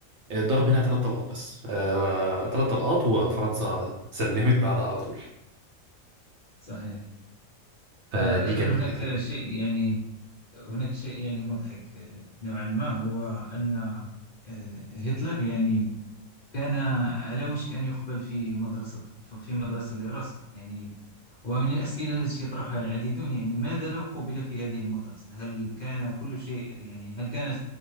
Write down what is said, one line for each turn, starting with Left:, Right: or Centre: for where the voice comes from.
Right: آه، ضرب منها ثلاث طلقات بس آه، ثلاث طلقات وفرنسا سلمت بعدها على طول
Left: صحيح
Right: فدي
Left: آه، أيضا
Right: كانت من
Left: هناك
Right: الحاجات الحلوه
Left: شيء يعني هناك شيء يعني مضحك آه، نوعا ما هو أن آه، هتلر يعني كان علاوش كان يقبل في مدرسة في مدرسة للرسم يعني ومن الأسئلة التي يطرحها العديدون يعني ماذا لو قبل في هذه المدرسة هل كان كل شيء يعني هل كانت